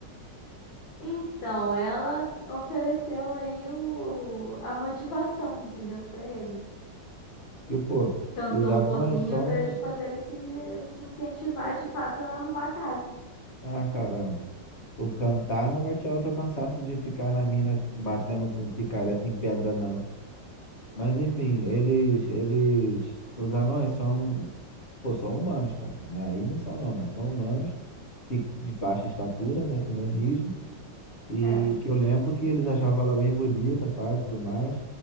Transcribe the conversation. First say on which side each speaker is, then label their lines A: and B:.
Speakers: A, on the left (about 75°); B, on the left (about 40°).
A: Então, ela ofereceu aí o, a motivação, entendeu, pra eles.
B: E, pô,
A: Cantou
B: os anões
A: um pouquinho
B: são.
A: para eles poderem se, in- se incentivar de fato a arrumar a casa.
B: Ah, caramba. O cantar não vai tirar o teu cansaço de ficar na mina batendo com picareta em pedra, não. Mas, enfim, eles, eles, os anões são Pô, são humanos, cara, né? Aí não são não, mas são humanos de, de baixa estatura, né? Com nanismo. E
A: É.
B: que eu lembro que eles achavam ela bem bonita, pai, e tudo mais.